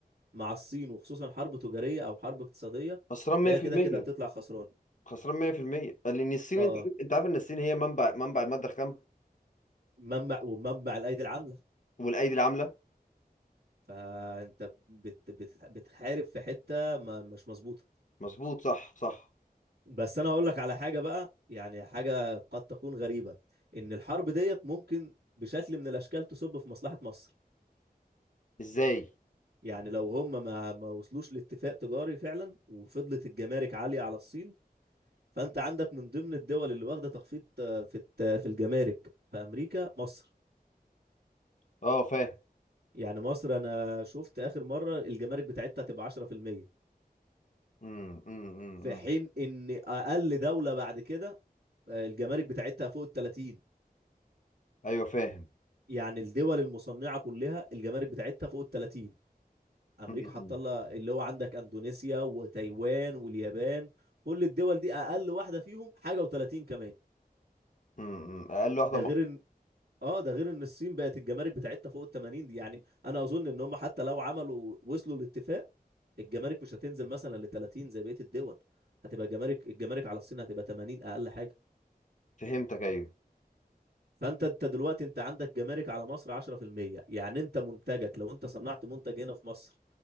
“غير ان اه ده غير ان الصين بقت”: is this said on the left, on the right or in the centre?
Right